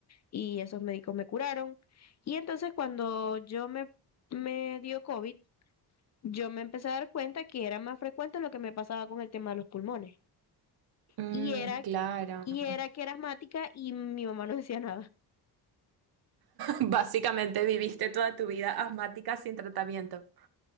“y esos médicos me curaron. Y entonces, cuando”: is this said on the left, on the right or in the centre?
Left